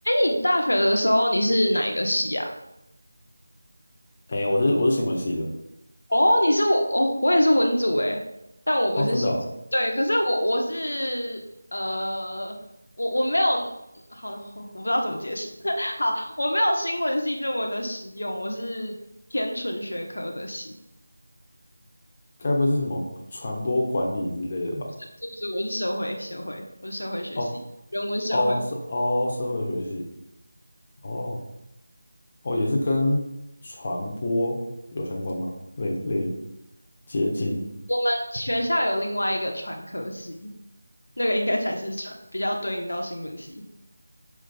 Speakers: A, on the left (about 60°); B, on the left (about 30°).
A: 你大学的时候你是哪一个系啊？
B: 哎、我是我是新闻系的
A: 哦，你是我，哦，我也是文组诶，但我不是系，
B: 哦，真的哦，
A: 对，可是我我是呃，我我没有，好，我我不知道怎么解释，<laughs> 好，我没有新闻系这么的实用，我是偏纯学科的系，
B: 该不会是什么传播管理之类的吧？
A: 是不是？我是社会社会，我是社会学系，
B: 哦
A: 人文社会，
B: 哦，
A: 嗯，
B: 是哦，社会学系哦哦，也是跟传播有相关吗？类类接近
A: 我们学校有另外一个传科系，那个应该才是传，比较对应到新闻系，